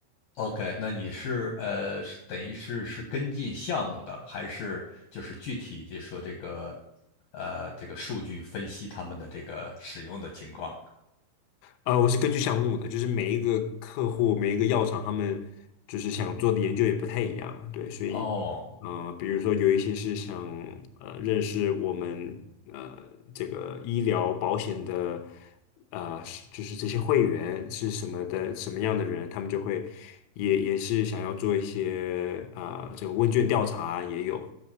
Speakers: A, on the left; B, on the left.
A: OK，那你是呃，是等于是是跟进项目的，还是就是具体就说这个呃这个数据分析他们的这个使用的情况？
B: 呃，我是根据项目的，就是每一个客户、每一个药厂，他们就是想做的研究也不太一样，对，所以，
A: 哦
B: 呃，比如说有一些是想呃认识我们呃这个医疗保险的呃是就是这些会员是什么的什么样的人，他们就会也也是想要做一些啊、这个问卷调查也有，